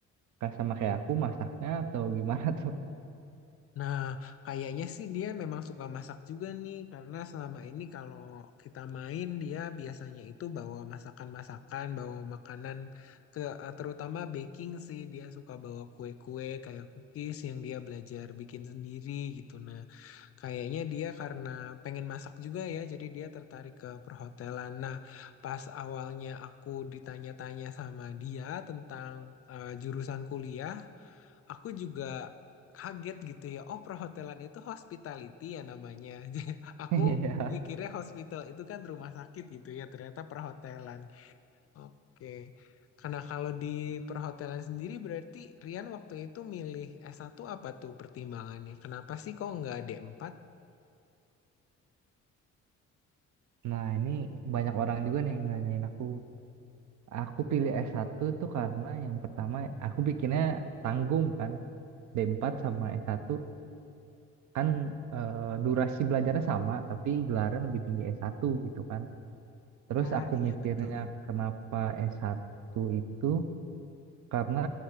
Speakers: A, on the right; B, on the left.
A: Kak sama kayak aku masaknya atau gimana tuh? <laughs>
B: Nah, kayaknya sih dia memang suka masak juga nih, karena selama ini kalau kita main dia biasanya itu bawa masakan-masakan, bawa makanan, ke, eh, terutama baking sih dia suka bawa kue-kue kayak cookies yang dia belajar bikin sendiri gitu. Nah, kayaknya dia karena pengen masak juga ya, jadi dia tertarik ke perhotelan. Nah, pas awalnya aku ditanya-tanya sama dia tentang eh, jurusan kuliah aku juga kaget gitu ya. Oh, perhotelan itu hospitality ya namanya. <laughs> Jadi, Aku
A: Iya.
B: mikirnya hospital itu kan rumah sakit gitu ya, ternyata perhotelan. Oke. Karena kalau di perhotelan sendiri berarti Rian waktu itu milih s satu apa tuh pertimbangannya? Kenapa sih kok nggak d empat?
A: Nah, ini banyak orang juga nih yang nanyain aku. Aku pilih s satu tuh karena yang pertama aku bikinnya tanggung kan. d empat sama s satu kan eh, durasi belajarnya sama tapi gelarnya lebih tinggi s satu gitu kan. Terus
B: Ah,
A: aku
B: iya
A: mikirnya
B: betul.
A: kenapa s satu itu karena